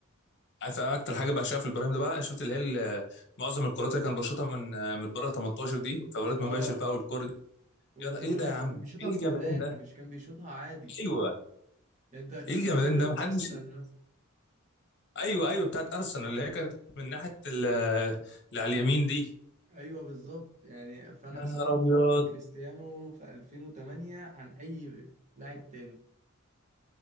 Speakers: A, on the left; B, on the right.
A: عارف انا اكتر حاجه بعشقها في البرايم ده بقى شفت اللي هي ال- معظم الكرات اللي كان بيشوطها من من بره 18 دي فبرات
B: اه
A: مباشر بقى والكوره دي
B: والفاولات
A: يا را- ايه ده يا عم
B: وكان بيشوطها
A: ايه
B: بفاولات
A: الجمدان ده
B: مش كان بيشوطها عادي
A: ايوه
B: يعني انت شفت
A: ايه الجمدان
B: كره
A: ده محدش
B: ارسنال مثلا
A: ايوه ايوه بتاعت ارسنال اللي هي كانت من ناحيه ال- اللي على اليمين دي
B: ايوه بالظبط يعني فانا
A: يا
B: بصراحه
A: نهار
B: بفضل
A: ابيض
B: كريستيانو في 2008 عن اي لاعب تاني